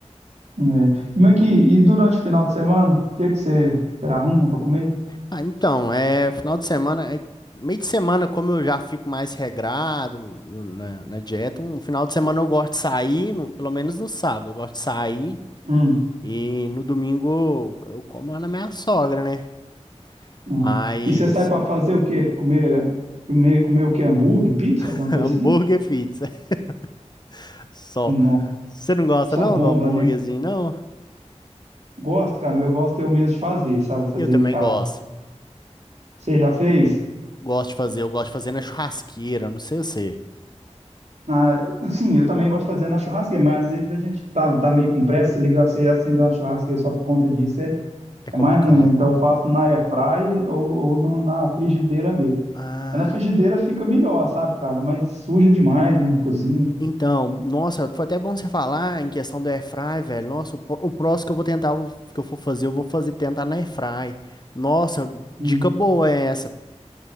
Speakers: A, on the right; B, on the left.
A: É. Como é que, e durante o final de semana, o que é que você, você arruma para comer?
B: Ah, então, é final de semana, é, meio de semana, como eu já fico mais regrado na, na dieta, um final de semana eu gosto de sair, no- pelo menos no sábado, eu gosto de sair
A: Hum,
B: e no domingo eu como lá na minha sogra, né?
A: hum.
B: Mas
A: E você sai para fazer o quê? Comer, comer, comer o quê? Hambúrguer, pizza,
B: <laughs>
A: alguma
B: hambúrguer
A: coisa assim?
B: e pizza, <laughs> só.
A: Nossa,
B: Você não gosta
A: só
B: não
A: bomba,
B: do hambúrguerzinho,
A: né?
B: não?
A: Gosto, cara, eu gosto eu mesmo de fazer, sabe? Fazer
B: Eu também
A: em casa.
B: gosto.
A: Você já fez?
B: Gosto de fazer, eu gosto de fazer na churrasqueira, não sei você.
A: Ah, sim, eu também gosto de fazer na churrasqueira, mas às vezes a gente tá, tá meio com pressa, se ligar, você acender uma churrasqueira só por conta disso é,
B: É
A: é
B: complicado.
A: mais ruim, né? Então eu faço na airfryer ou, ou no- na frigideira mesmo.
B: Ah.
A: Mas Na frigideira fica melhor, sabe, cara? Mas suja demais, né? Cozinha.
B: Então, nossa, foi até bom você falar em questão do airfry, velho. Nossa, o, pró- o próximo que eu vou tentar, eu vou- que eu for fazer, eu vou fazer tentar na airfry. Nossa,
A: Hum.
B: dica boa é essa.